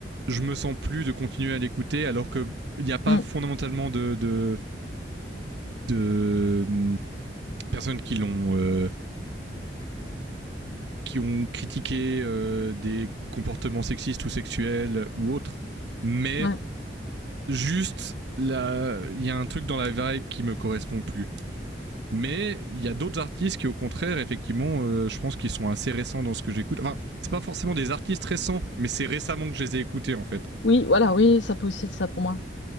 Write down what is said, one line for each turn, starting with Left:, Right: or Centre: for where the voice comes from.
Right: je me sens plus de continuer à l'écouter alors que il n'y a pas
Left: Hmm,
Right: fondamentalement de de, de hum, personnes qui l'ont euh, qui ont critiqué euh, des comportements sexistes ou sexuels ou autres. Mais
Left: ouais.
Right: Juste, là, il y a un truc dans la vibe qui me correspond plus. Mais il y a d'autres artistes qui, au contraire, effectivement, euh, je pense qu'ils sont assez récents dans ce que j'écoute. Enfin, c'est pas forcément des artistes récents, mais c'est récemment que je les ai écoutés, en fait.
Left: Oui, voilà, oui, ça peut aussi être ça pour moi.